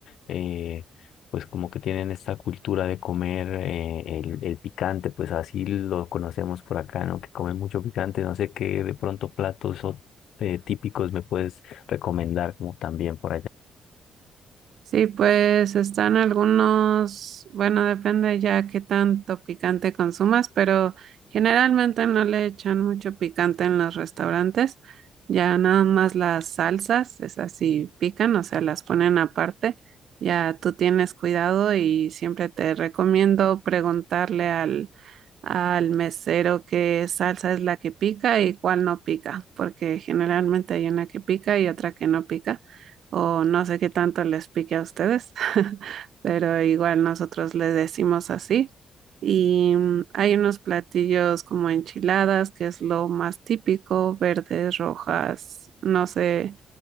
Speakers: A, on the left; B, on the right.
A: eh, pues como que tienen esta cultura de comer eh, el, el picante, pues así lo conocemos por acá, ¿no? Que comen mucho picante, no sé qué de pronto platos o, eh, típicos me puedes recomendar como también por allá.
B: Sí, pues están algunos, bueno, depende ya qué tanto picante consumas, pero generalmente no le echan mucho picante en los restaurantes, ya nada más las salsas, esas sí pican, o sea, las ponen aparte, ya tú tienes cuidado y siempre te recomiendo preguntarle al, al mesero qué salsa es la que pica y cuál no pica, porque generalmente hay una que pica y otra que no pica o no sé qué tanto les pique a ustedes, <laughs> pero igual nosotros le decimos así. Y mm, hay unos platillos como enchiladas, que es lo más típico, verdes, rojas, no sé